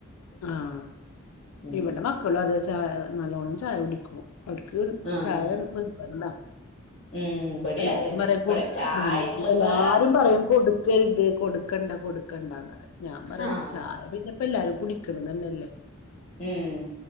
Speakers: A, on the left; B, on the left.
A: ആഹ്
B: ഉം
A: ഇവടെ മക്കളും അത് ചായ നല്ലോണം ചായ കുടിക്കും അവർക്ക്
B: ആഹ്
A: ചായ നിർബന്ധ
B: ഉം ഇബടിം
A: അല്ല
B: അതന്നെ
A: അതും <unintelligible>
B: ഇവിടെ
A: എല്ലാ
B: ചായ
A: എല്ലാരും
B: വേ
A: പറയും കൊട് കരുത് കൊടുക്കണ്ട കൊടുക്കണ്ടാന്ന് പറയും ഞാൻ പറയും
B: ആഹ്
A: ചായ പിന്നെപ്പ എല്ലാരും കുടിക്കണ തന്നല്ലേ
B: ഉം